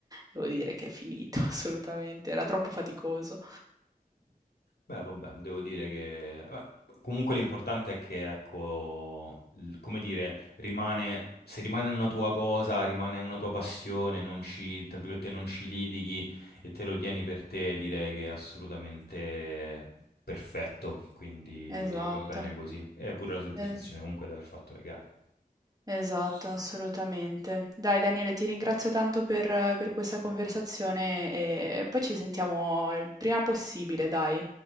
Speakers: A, on the right; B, on the left.
A: devo dire che è finito <laughs> assolutamente, era troppo faticoso.
B: Beh, vabbè, devo dire che vabbè, comunque l'importante è che, ecco, l come dire, rimane se rimane una tua cosa, rimane una tua passione, non ci tra virgolette, "non ci litighi" e te lo tieni per te, direi che è assolutamente perfetto, quindi
A: Esatto.
B: va bene così. E è pure la soddisfazione
A: Eh,
B: comunque di aver fatto le gare.
A: Esatto, assolutamente. Dai Daniele, ti ringrazio tanto per, per questa conversazione e poi ci sentiamo il prima possibile, dai.